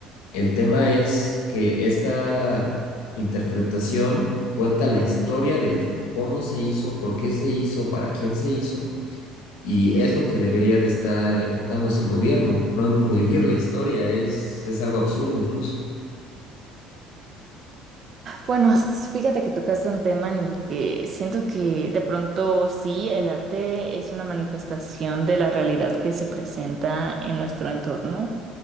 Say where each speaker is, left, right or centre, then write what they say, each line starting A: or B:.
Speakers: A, on the left; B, on the right.
A: El tema es que esta interpretación cuenta la historia del cómo se hizo, por qué se hizo, para quién se hizo, y es lo que debería de estar enfocándose el gobierno, no en prohibir la historia, es, es algo absurdo incluso.
B: Bueno, s- fíjate que tocaste un tema en el que siento que de pronto sí, el arte es una manifestación de la realidad que se presenta en nuestro entorno.